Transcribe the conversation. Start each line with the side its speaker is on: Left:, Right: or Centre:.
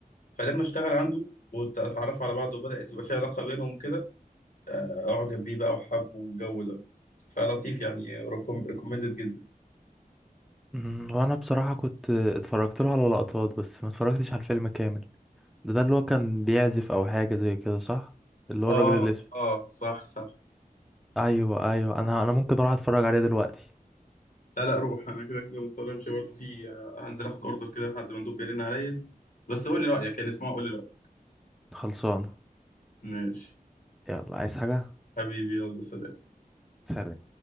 Left: فلما اشتغل عنده واتعرفوا على بعض وبدأت تبقى في علاقة بينهم وكده آه، أعجب بيه بقى وحبه والجو ده فلطيف يعني ريكومندد جدا
Centre: مم. وانا بصراحة كنت اتفرجت له على لقطات بس ما اتفرجتش على الفيلم كامل ده ده اللي هو كان بيعزف او حاجه زي كده صح اللي
Left: اه
Centre: هو الراجل الاسود
Left: اه صح صح
Centre: ايوه ايوه انا انا ممكن اروح اتفرج عليه دلوقتي
Left: لا لا روح انا كده كده مضطر امشي برضه في آه، هنزل اخد اوردر كده لحد ما مندوب بيرن عليا بس قول لي رايك يعني اسمع قول لي رايك
Centre: خلصانه
Left: ماشي
Centre: يلا عايز حاجه
Left: حبيبي يلا سلام
Centre: سلام